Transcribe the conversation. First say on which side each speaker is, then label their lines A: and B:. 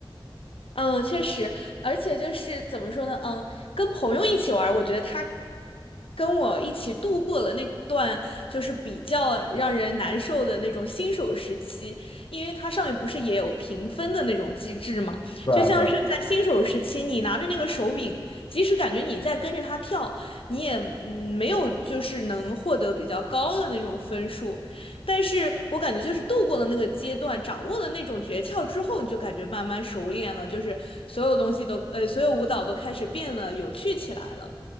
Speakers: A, on the left; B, on the left.
A: 嗯，确实，而且就是怎么说呢，嗯，跟朋友一起玩儿我觉得他跟我一起度过了那段就是比较让人难受的那种新手时期，因为它上面不是也有评分的那种机制嘛，
B: <laughs> 对对啊，
A: 就像是在新手时期，
B: 对啊。
A: 你拿着那个手柄，即使感觉你在跟着他跳，你也嗯没有就是能获得比较高的那种分数。但是我感觉就是度过了那个阶段，掌握了那种诀窍之后，你就感觉慢慢熟练了，就是所有东西都，呃，所有舞蹈都开始变得有趣起来了。